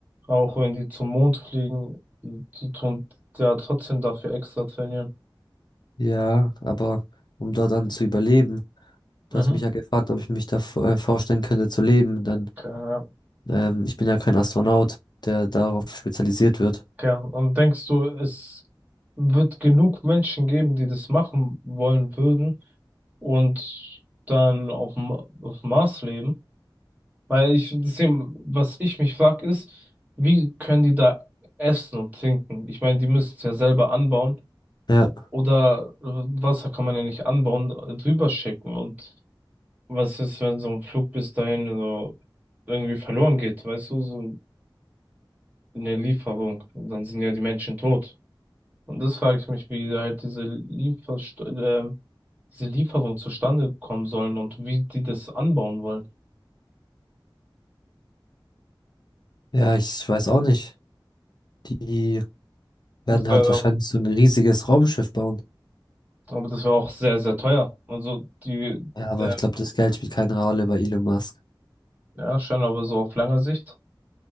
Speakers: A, on the right; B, on the left.
A: Auch wenn die zum Mond fliegen, die die tun ja trotzdem dafür extra trainieren.
B: Ja, aber um dort dann zu überleben, du
A: Mhm.
B: hast mich ja gefragt, ob ich mich da v- äh, vorstellen könnte zu leben, denn
A: Okay,
B: ähm, ich bin ja kein Astronaut, der darauf spezialisiert wird.
A: Okay. Und denkst du, es wird genug Menschen geben, die das machen wollen würden und dann auf dem, auf dem Mars leben? Weil ich, deswegen, was ich mich frag, ist, wie können die da essen und trinken? Ich meine, die müssen es ja selber anbauen
B: Ja,
A: oder äh, Wasser kann man ja nicht anbauen, äh, drüber schicken. Und was ist, wenn so ein Flug bis dahin so irgendwie verloren geht? Weißt du, so eine Lieferung, Und dann sind ja die Menschen tot. Und das frage ich mich, wie halt diese Lieferst äh, diese Lieferung zustande kommen sollen und wie die das anbauen wollen.
B: ja, ich weiß auch nicht. Die Werden
A: Und das war
B: halt
A: ja auch,
B: wahrscheinlich so ein riesiges Raumschiff bauen.
A: aber das war auch sehr, sehr teuer. Also die,
B: Ja, aber
A: äh,
B: ich glaube, das Geld spielt keine Rolle bei Elon Musk.
A: ja, schon, aber so auf lange Sicht.